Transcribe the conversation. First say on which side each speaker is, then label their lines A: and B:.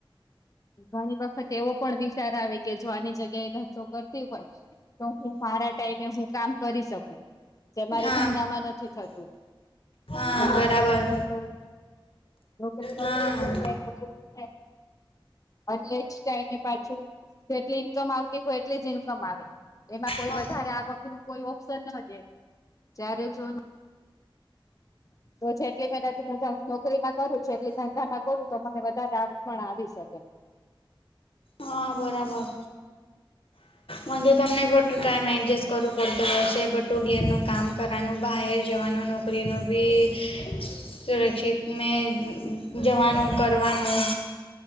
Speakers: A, on the left; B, on the left.
A: ઘણી વખત એવો પણ વિચાર આવે કે જો આની જગ્યા એ ધંધો કરતી હોય. તો હું મારા ટાઈમે હું કામ કરી શકું, જે મારે
B: હા
A: ધંધામાં નથી થતું.
B: હા
A: નોકરી
B: બરાબર
A: કરું હોત નોકરી
B: હા
A: કરું કે અને એ જ ટાઈમે પાછ, જેટલી ઈન્કમ આવતી હોય. એટલી જ ઇન્કમ આવે, એમાં કોઈ
B: હા
A: વધારે આ વખત ન કોઈ ઓપ્શન ન દે, જ્યારે જો તોટલી મેા મજા છોકરીમાં કરું છું એટલે ધંધામાં કરું તો મને વધારે આવક પણ આવી શકે.
B: હા બરાબર.
A: હ <inaudible>
B: મન તો તમને ખોટો ટાઈમ એડજસ્ટ કરવો પડતો હોય છે બટું ઘેરનું કામ કરવાનું બહાર જવાનું નો એનું બી સુરક્ષિત મે જવાનુ કરવાનુ